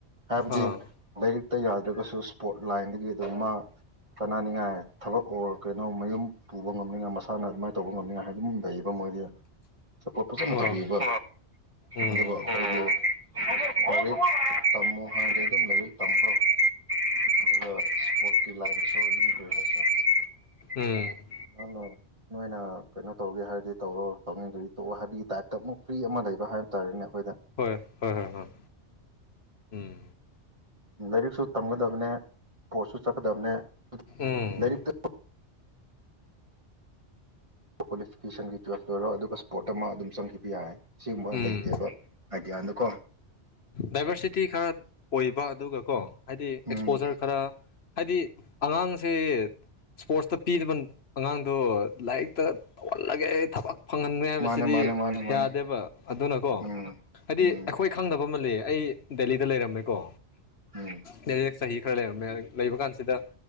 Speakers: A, on the right; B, on the left.
A: ꯍꯥꯏꯕꯗꯤ
B: ꯑꯥ
A: ꯂꯩꯔꯤꯛꯇ ꯌꯥꯗ꯭ꯔꯒꯁꯨ ꯁ꯭ꯄꯣꯔꯠ ꯂꯥꯏꯟꯗꯒꯤ ꯑꯗꯨꯝ ꯃꯥ ꯀꯅꯥꯅꯤꯉꯥꯏ ꯊꯕꯛ ꯑꯣꯔ ꯀꯩꯅꯣ ꯃꯌꯨꯝ ꯄꯨꯕ ꯉꯝꯅꯤꯡꯉꯥꯏ ꯃꯁꯥꯅ ꯑꯗꯨꯃꯥꯏ ꯇꯧꯕ ꯉꯝꯅꯤꯡꯉꯥꯏ ꯍꯥꯏꯗꯨꯝ ꯂꯩꯌꯦꯕ ꯃꯣꯏꯗꯤ ꯆꯠꯄꯣꯠ ꯐꯆꯟ ꯇꯧꯕꯤꯕ
B: ꯑꯣ ꯎꯝ
A: ꯑꯗꯨꯒ ꯂꯩꯔꯤꯛ ꯇꯝ <unintelligible>
B: ꯎꯝ
A: <unintelligible> <unintelligible> ꯅꯣꯏꯅ ꯀꯩꯅꯣ ꯇꯧꯒꯦ ꯍꯥꯏꯔꯗꯤ ꯇꯧꯔꯣ ꯇꯧꯅꯤꯡꯗꯗꯤ ꯇꯣꯛꯑꯣ ꯍꯥꯏꯕꯒꯤ ꯇꯥꯏꯞꯇ ꯑꯃꯨꯛ ꯐ꯭ꯔꯤ ꯑꯃ ꯂꯩꯕ ꯍꯥꯏꯕ ꯇꯥꯔꯦꯅꯦ ꯑꯩꯈꯣꯏꯗ
B: ꯍꯣꯏ ꯍꯣꯏ ꯍꯣꯏ ꯍꯣꯏ ꯎꯝ
A: ꯂꯥꯏꯔꯤꯛꯁꯨ ꯇꯝꯒꯗꯕꯅꯦ ꯀꯣꯔꯠꯁꯨ ꯆꯠꯀꯗꯕꯅꯦ
B: ꯎꯝ
A: ꯂꯥꯏꯔꯤꯛꯇꯨ ꯀ꯭ꯋꯥꯂꯤꯐꯤꯀꯦꯁꯟꯒꯤ ꯇꯨꯋꯦꯜ ꯂꯣꯏꯔꯣ ꯑꯗꯨꯒ ꯁ꯭ꯄꯣꯔꯠ ꯑꯃ ꯑꯗꯨꯝ ꯆꯪꯈꯤꯕ ꯌꯥꯏ ꯁꯤꯒꯨꯝꯕ
B: ꯎꯝ
A: ꯂꯩꯇꯦꯕ ꯑꯥꯏꯗꯤꯌꯥꯗꯨꯀꯣ
B: ꯗꯥꯏꯚꯔꯁꯤꯇꯤ ꯈꯔ ꯑꯣꯏꯕ ꯑꯗꯨꯒꯀꯣ ꯍꯥꯏꯗꯤ
A: ꯎꯝ
B: ꯑꯦꯛꯁꯄꯣꯖꯔ ꯈꯔ ꯍꯥꯏꯗꯤ ꯑꯉꯥꯡꯁꯦ ꯁ꯭ꯄꯣꯔꯠꯁꯇ ꯄꯤꯗꯕ ꯑꯉꯥꯡꯗꯣ ꯂꯥꯏꯔꯤꯛꯇ ꯇꯧꯍꯜꯂꯒꯦ ꯊꯕꯛ ꯐꯪꯍꯟꯒꯦ ꯍꯥꯏꯕꯁꯤꯗꯤ
A: ꯃꯥꯅꯦ ꯃꯥꯅꯦ ꯃꯥꯅꯦ ꯃꯥꯅꯦ
B: ꯌꯥꯗꯦꯕ ꯑꯗꯨꯅꯀꯣ
A: ꯎꯝ
B: ꯍꯥꯏꯗꯤ
A: ꯎꯝ
B: ꯑꯩꯈꯣꯏ ꯈꯪꯗꯕ ꯑꯃ ꯂꯩꯌꯦ ꯑꯩ ꯗꯦꯜꯂꯤꯗ ꯂꯩꯔꯝꯃꯦ ꯀꯣ
A: ꯎꯝ
B: ꯅꯩꯅ ꯆꯍꯤ ꯈꯔ ꯂꯩꯔꯝꯃꯦ ꯂꯩꯕ ꯀꯥꯟꯁꯤꯗ